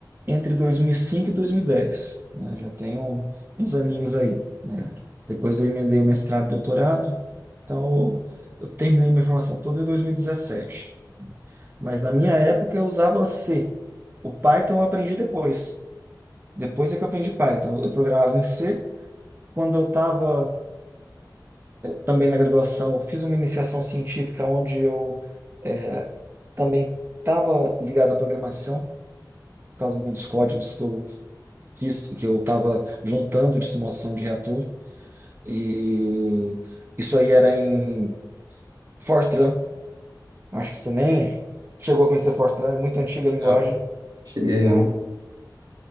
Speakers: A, on the right; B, on the right.
A: entre 2005 e 2010, né? Já tenho uns aninhos aí, né? Depois eu emendei o mestrado e doutorado, então eu terminei minha formação toda em 2017. Mas na minha época eu usava C. O Python eu aprendi depois. Depois é que eu aprendi Python. Eu programava em C. Quando eu estava também na graduação, eu fiz uma iniciação científica onde eu eh, também estava ligado à programação, por causa de uns códigos que eu fiz, que eu estava juntando de simulação de reator. E isso aí era em Fortran. Acho que você nem chegou a conhecer Fortran, é muito antiga a linguagem.
B: Não, cheguei não.